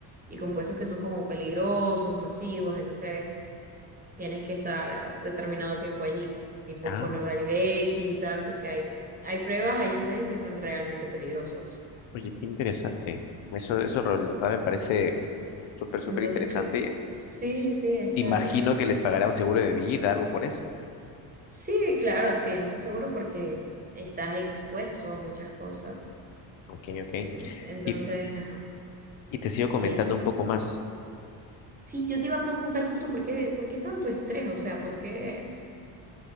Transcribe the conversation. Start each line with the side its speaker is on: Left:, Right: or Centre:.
Right: y compuestos que son como peligrosos, nocivos. Entonces tienes que estar determinado tiempo allí, tipo
Left: Ah,
Right: con los rayos X y tal, porque hay, hay pruebas, hay ensayos que son realmente peligrosos.
Left: oye, qué interesante, eso, eso la verdad me parece súper, súper
Right: Entonces,
Left: interesante.
Right: que, sí, sí, es chévere.
Left: Imagino que les pagará un seguro de vida, algo por eso.
Right: Sí, claro, tienes tu seguro porque estás expuesto a muchas cosas.
Left: Ok, ok.
Right: Ent- Entonces,
Left: Y,
Right: ajá.
Left: y te sigo comentando
Right: eh,
Left: un poco más.
Right: Sí, yo te iba a preguntar justo por qué, por qué tanto estrés, o sea, por qué,